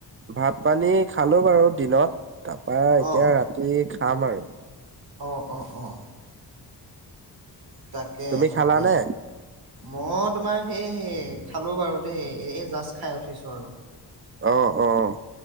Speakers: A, on the right; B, on the right.
A: ভাত পানী খালো বাৰু দিনত তাৰপৰা এতিয়া
B: অ'
A: ৰাতি খাম আৰু
B: অ অ অঁ তাকে
A: তুমি
B: তাকে
A: খালানে?
B: মই তোমাৰ সেই খালো বাৰু দেই এ জাষ্ট খাই উঠিছোঁ আৰু
A: অহ অহ